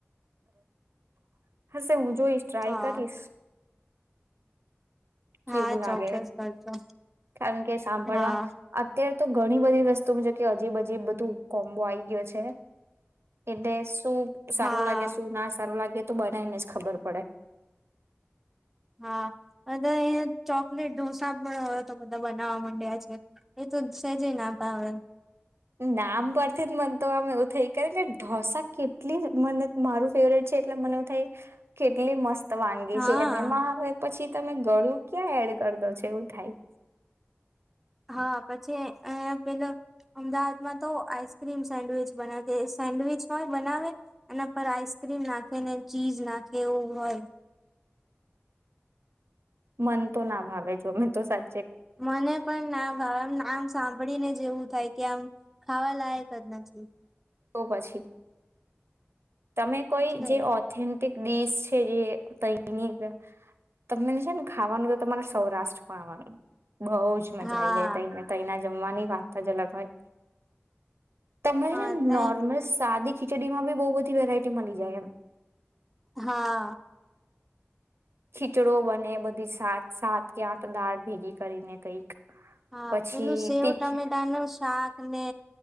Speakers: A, on the right; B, in the centre.
A: <inaudible> હશે હું જોઈશ ટ્રાય
B: હા.
A: કરીશ. કેવું
B: હા
A: લાગે?
B: ચોક્કસ કરજો
A: <inaudible> કારણ કે સાંભળવા
B: હા
A: અત્ય તો ઘણી બધી વસ્તુ જો કે અજીબ અજીબ બધું કોમ્બો આઈ ગયો છે. એટલે <unintelligible> સારું
B: હા
A: લાગે શું ના સારું લાગે તો બનાઇને જ ખબર પડે. <inaudible>
B: હા અને ઈ ચોકલેટ ઢોસા પણ હવે તો બધ બનાવવા માંડ્યા છે એ તો છેજ ના ભાવે
A: નામ પરથી જ મન તો આમ એવું થઈ થયકે ઢોસા કેટલી મને મારું ફેવરેટ છે એટલે મને એવુથાય કેટલી મસ્ત વાનગી
B: હા.
A: છે એમ એમાં આવે પછી તમે ગળું ક્યાં એડ કર દોછ એવું થાય.
B: હા પછી અયા પેલા અમદાવાદમાં તો આઈસક્રીમ સેન્ડવીચ બનાતે સેન્ડવીચ હોય બનાવે અને પર આઈસ્ક્રીમ નાખે ને ચીઝ નાખે એવું હોય.
A: મન તો ના ભાવે જો મેં તો સા
B: મને પણ ના ભાવે આમ નામ સાંભળીને જેવું થાય કે આમ ખાવા લાયક જ નથી.
A: તો પછી. તમે કોઈ
B: એટલે
A: જે ઓથેન્ટિક ડિશ છે એ કઈ <unintelligible> તમનને છે ને ખાવાનું એ તો તમારે સૌરાષ્ટ્રમાં આવવાનું. બઉુ જ મજા
B: હા
A: આઈ જાય તૈને તૈના જમવાની વાત જ અલગ હોય. તમને
B: હા ત
A: નોર્મલ સાદી ખિચડીમાં બૌ બ <unintelligible> વેરાઈ ટી મલી જાય એમ.
B: હા
A: ખીચડો બને બધી સાત સાત કે આઠ દાળ ભેગી કરીને કઈક.
B: હા
A: પછી
B: પેલું સેવ
A: તીખ
B: ટમેટા નો શાક. અને